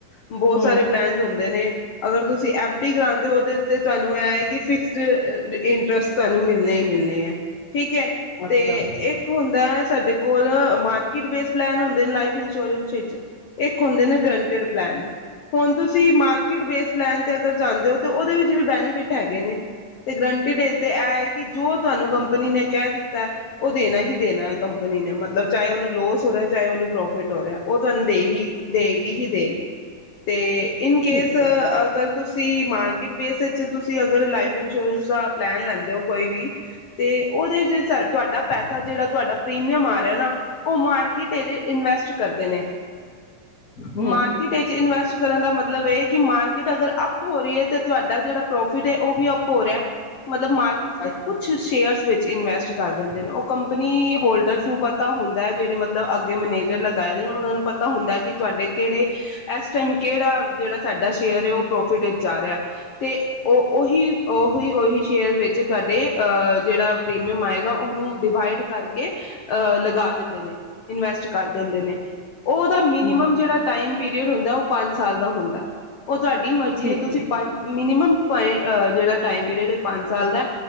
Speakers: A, on the left; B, on the left.
A: ਬਹੁਤ
B: ਹੂੰ
A: ਸਾਰੇ ਪਲੈਨਜ ਹੁੰਦੇ ਨੇ। ਅਗਰ ਤੁਸੀਂ ਤੁਸੀਂ ਐਫ ਤੁਸੀਂ ਕਰਾਂਦੇ ਹੋ ਉਹਦੇ ਤੇ ਤੁਹਾਨੂੰ ਇਹ ਹੈ ਕਿ ਫਿਕਸਡ ਇੰਟਰਸਟ ਤੁਹਾਨੂੰ ਮਿਲਣੇ ਹੀ ਮਿਲਣੇ ਆ। ਠੀਕ ਹੈ
B: ਅੱਛਾ
A: ਤੇ ਇੱਕ ਹੁੰਦਾ ਸਾਡੇ ਕੋਲ ਮਾਰਕੀਟ ਬੇਸ ਪਲੈਨ ਹੁੰਦਾ। ਇਨ ਲਾਈਫ ਇੰਸ਼ੋਰੈਂਸ ਵਿੱਚ ਇੱਕ ਹੁੰਦੇ ਨੇ ਗਰੰਟਿਡ ਪਲੈਨ ਹੁਣ ਤੁਸੀਂ ਮਾਰ ਕਿਸ ਬੇਸ ਪਲੈਨ ਅਗਰ ਜਾਂਦੇ ਹੋ ਤੇ ਉਹਦੇ ਵਿੱਚ ਵੀ ਬੈਨੀਫਿਟ ਹੈਗੇ ਨੇ ਤੇ ਗਰੰਟਿਡ ਇਹ ਤੇ ਹੈ ਕਿ ਜੋ ਤੁਹਾਨੂੰ ਕੰਪਨੀ ਨੇ ਕਹਿ ਦਿੱਤਾ। ਉਹ ਦੇਣਾ ਹੀ ਦੇਣਾ ਕੰਪਨੀ ਨੇ ਮਤਲਬ ਚਾਹੇ ਉਹਨੂੰ ਲੋਸ ਹੋ ਰਿਹਾ ਚਾਹੇ ਉਹਨੂੰ ਪ੍ਰੋਫਿਟ ਹੋ ਰਿਹਾ ਉਹ ਤੁਹਾਨੂੰ ਦੇ ਹੀ ਦੇ ਦੇ ਹੀ ਦੇਵੇਗੀ ਤੇ ਇਨ ਕੇਸ
B: ਠੀਕ ਹੈ
A: ਅਗਰ ਤੁਸੀਂ ਮਾਰਕੀਟ ਬੇਸ ਵਿੱਚ ਤੁਸੀਂ ਅਗਰ ਲਾਈਫ ਇੰਸ਼ੋਰੈਂਸ ਦਾ ਪਲੈਨ ਲੈਂਦੇ ਹੋ ਕੋਈ ਵੀ ਤੇ ਉਹਦੇ ਚ ਸਰ ਤੁਹਾਡਾ ਪੈਸਾ ਜਿਹੜਾ ਤੁਹਾਡਾ ਪ੍ਰੀਮੀਅਮ ਆ ਰਿਹਾ ਨਾ ਉਹ ਮਾਰਕੀਟ ਚ ਇਨਵੈਸਟ ਕਰਦੇ ਨੇ
B: ਹੂੰ
A: ਮਾਰਕੀਟ ਚ ਇਨਵੈਸਟ ਕਰਨ ਦਾ ਮਤ ਮਤਲਬ ਇਹ ਕਿ ਮਾਰਕੀਟ ਅਗਰ ਅਪ ਹੋ ਰਹੀ ਹੈ ਤੇ ਤੁਹਾਡਾ ਜਿਹੜਾ ਪ੍ਰੋਫਿਟ ਹੈ ਉਹ ਵੀ ਅੱਪ ਹੋ ਰਿਹਾ। ਮਤਲਬ ਮਾਰਕੀਟ ਦੇ
B: ਅੱਛਾ
A: ਕੁੱਛ ਸ਼ੇਅਰਸ ਵਿੱਚ ਇਨਵੈਸਟ ਕਰ ਦਿੰਦੇ ਨੇ। ਉਹ ਕੰਪਨੀ ਹੋਲਡਰਸ ਨੂੰ ਪਤਾ ਹੁੰਦਾ ਏ ਜਿਹੜੇ ਮਤਲਬ ਅੱਗੇ ਮੈਨੇਜਰ ਲਗਾਏ ਦੇ ਨੇ ਉਹਨਾਂ ਨੂੰ ਪਤਾ ਹੁੰਦਾ ਕਿ ਤੁਹਾਡੇ ਕਿਹੜੇ ਇਸ ਟਾਈਮ ਕਿਹੜਾ ਜਿਹੜਾ ਸਾਡਾ ਸ਼ੇਅਰ ਹੈ ਉਹ ਪ੍ਰੋਫਿਟ ਏਚ ਜਾ ਰਿਹਾ ਤੇ ਉਹ ਉਹੀ ਉਹੀ ਉਹੀ ਸ਼ੇਅਰ ਵਿੱਚ ਤੁਹਾਡੇ ਅ ਜਿਹੜਾ ਪ੍ਰੀਮੀਅਮ ਆਏਗਾ ਉਹਨੂੰ ਡਿਵਾਈਡ ਕਰਕੇ ਅ ਲਗਾ ਦਿੰਦੇ ਨੇ, ਇਨਵੈਸਟ ਕਰ ਦਿੰਦੇ ਨੇ। ਉਹਦਾ ਮਿਨੀਮਮ
B: ਹੂੰ
A: ਜਿਹੜਾ ਟਾਈਮ ਪੀਰੀਅਡ ਹੁੰਦਾ ਉਹ ਪੰਜ ਸਾਲ ਦਾ ਹੁੰਦਾ। ਉਹ ਤੁਹਾਡੇ ਨੀ ਮਰਜ਼ੀ
B: ਠੀਕ
A: ਏ ਤੁਸੀਂ
B: ਹੈ
A: ਪੰਜ ਮਨੀਮਮ। <unintelligible> ਜਿਹੜਾ ਟਾਈਮ ਪੀਰੀਅਡ ਪੰਜ ਸਾਲ ਦਾ